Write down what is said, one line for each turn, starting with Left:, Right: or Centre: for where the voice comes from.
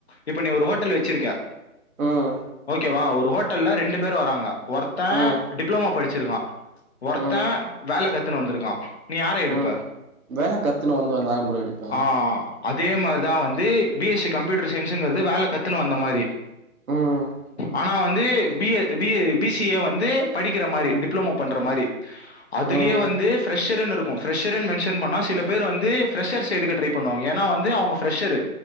Left: இப்ப நீ ஒரு ஹோட்டல் வச்சிருக்க
Right: ம்
Left: ஓகேவா ஒரு ஹோட்டல்ல ரெண்டு பேர் வராங்க ஒருத்த
Right: ம்
Left: டிப்ளோமா படிச்சிருக்கா ஒருத்த
Right: ம்
Left: வேல கத்துன்னு வந்திருக்கா நீ யார எடுப்ப
Right: ம் வேல கத்துன்னு வந்து தா ப்ரோ எடுப்பே
Left: ஆ ஆ ஆ அதே மாரிதா வந்து பி எஸசி கம்ப்யூட்டர் சயின்ஸுங்கறது வேல கத்துன்னு வந்த மாரி
Right: ம்
Left: ஆனா வந்து B A B A B C A வந்து படிக்கிற மாரி
Right: ம்
Left: டிப்ளமோ பண்ற
Right: ம்
Left: மாரி அதுலியே
Right: ம்
Left: வந்து ஃப்ரஷர்ன்னு இருக்கு ஃப்ரஷர்ன்னு மென்ஷன் பன்னா சில பேர் வந்து ஃப்ரஷர்ஸ்ஸு எடுக்க ட்ரை பண்ணுவாங்க ஏன்னா வந்து அவுங்க ஃப்ரெஷ்ரு